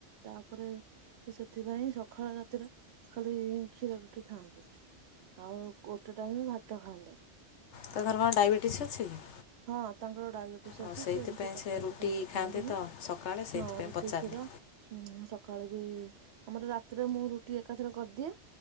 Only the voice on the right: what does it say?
ତାପରେ ସେଥିପାଇଁ ସକାଳେ ରାତିରେ ଖାଲି କ୍ଷୀର ରୁଟି ଖାଆନ୍ତି ଆଉ ଗୋଟେ ଟାଇମ ଭାତ ଖାଆନ୍ତି।
ହଁ ତାଙ୍କର ଡାଇବେଟିସ
ଅଛି
ସେ ଏମତି ତରକାରୀ
ପତ୍ର ଏତେ
ଖାଆନ୍ତିନି
ହଁ ରୁଟି
କ୍ଷୀର ସକାଳେ। ଆମର ରାତିରେ ମୁଁ ରୁଟି ଏକାଥରେ କରିଦିଏ